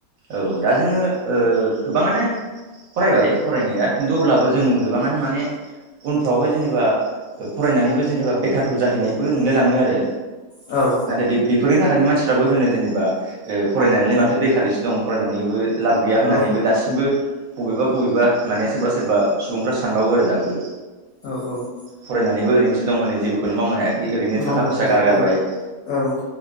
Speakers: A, on the right (about 70°); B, on the left (about 70°).
A: औ दा जोङो ओ गोबाङानो फरायबाय फरायनाया खिन्थु अब्ला
B: नोंथां
A: बोजों गोबाङानो माने उनफ्रावहाय जेनेबा फरायनानैबो जेनेबा बेखारफोर जाहैनायबो नुलायलाङो आरो
B: औ
A: नाथाय बे बेफोरनि थाखायनि मानसिफ्राबो होनो जेनेबा फरायनानैलाय माथो बेखारसो दं फरायनानैबो लाब गैया
B: औ
A: होननानैबो दासिमबो बबेबा-बबेबा माने सोरबा सोरबा सुबुंफ्रा सानबावो आरो दाबो।
B: औ औ
A: फरायनानैबो ओरैनोसो दं होनै जेबोखौनो मावनो हायाखै ओरैनो
B: मावनो
A: थाखा फैसा
B: हायाखै
A: गारगारबाय
B: ओं औ